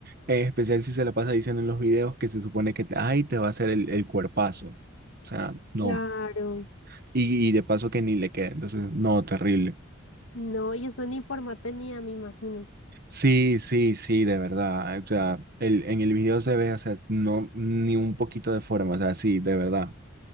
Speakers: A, on the right; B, on the left.
A: En especial si se la pasa diciendo en los videos que se supone que, ay, te va a hacer el, el cuerpazo. O sea, no.
B: Claro.
A: Y, y de paso que ni le queda. Entonces, no, terrible.
B: No, y eso ni forma tenía, me imagino.
A: Sí, sí, sí, de verdad. O sea, el, en el video se ve, o sea, no, ni un poquito de forma, o sea, sí, de verdad.